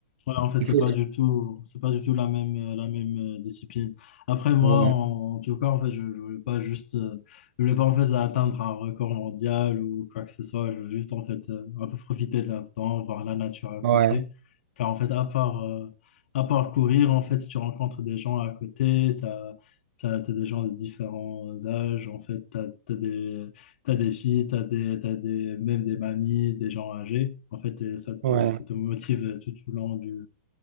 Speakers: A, on the left; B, on the right.
A: Ouais, en fait,
B: il
A: c'est
B: faut...
A: pas du tout, c'est pas du tout la même, euh, la même euh, discipline. Après, moi,
B: Ouais,
A: en, en tout cas, en fait, je, je voulais pas juste, euh, je voulais pas en fait atteindre un record mondial ou quoi que ce soit. Je voulais juste en fait euh, un peu profiter de l'instant, voir la nature à
B: ouais,
A: côté. Car en fait, à part, euh, à part courir, en fait, si tu rencontres des gens à côté, t'as, t'as, t'as des gens de différents âges, en fait, t'as, t'as des, T'as des filles, t'as des, t'as des, même des mamies, des gens âgés. En fait, et ça te,
B: ouais.
A: ça te motive tout au long du,